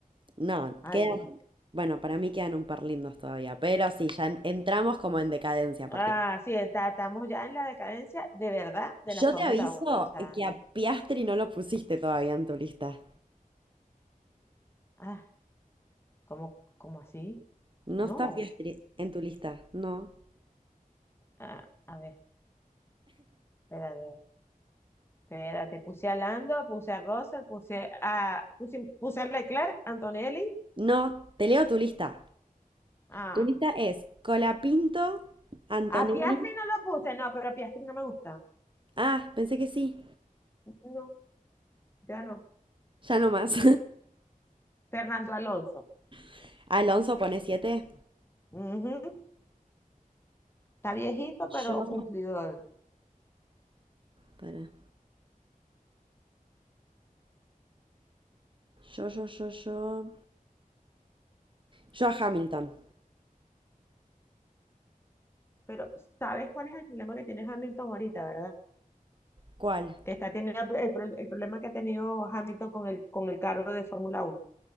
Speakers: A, on the right; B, on the left.
A: No,
B: Ay,
A: quedan.
B: no.
A: Bueno, para mí quedan un par lindos todavía. Pero sí, ya en- entramos como en decadencia a
B: ah,
A: partir.
B: sí, está- estamos ya en la decadencia de verdad de la
A: Yo
B: Fórmula
A: te aviso
B: Uno O sea,
A: que a Piastri no lo pusiste todavía en tu lista.
B: ah, ¿cómo, cómo así?
A: No
B: No,
A: está Piastri en tu lista, no.
B: ah, a ver, espérate, espérate. Puse a Lando, puse a Russell, puse a, puse, puse a Leclerc, Antonelli.
A: No, te leo tu lista.
B: Ah,
A: Tu lista es Colapinto, Antonelli.
B: A Piastri no lo puse, no, pero Piastri no me gusta.
A: Ah, pensé que sí.
B: No, ya no.
A: Ya no más.
B: Fernando Alonso.
A: <laughs> Alonso pone siete.
B: Ujú. Está viejito, pero
A: Yo.
B: cumplidor.
A: Para. Yo, yo, yo, yo. Yo a Hamilton.
B: Pero ¿sabes cuál es el problema que tiene Hamilton ahorita, verdad?
A: ¿Cuál?
B: Que está teniendo el, pro- el problema que ha tenido Hamilton con el, con el carro de Fórmula Uno,